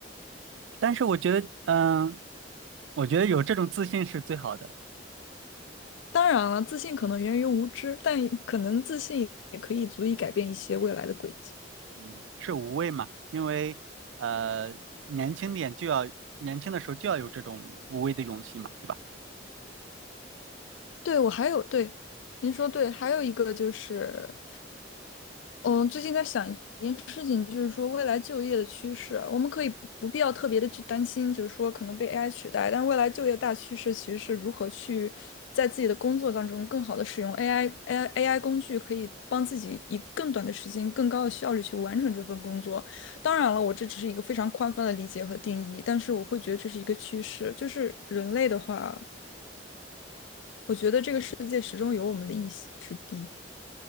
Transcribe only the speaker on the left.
当然了，自信可能源于无知，但可能自信也可以足以改变一些未来的轨迹。
对，我还有，对，您说对，还有一个就是，嗯，最近在想一件事情，就是说未来就业的趋势啊，我们可以不不必要特别的去担心，就是说可能被 AI 取代，但是未来就业大趋势其实是如何去在自己的工作当中更好的使用 AI AI AI 工具，可以帮自己以更短的时间、更高的效率去完成这份工作。当然了，我这只是一个非常宽泛的理解和定义，但是我会觉得这是一个趋势，就是人类的话。我觉得这个世界始终有我们的一席之地。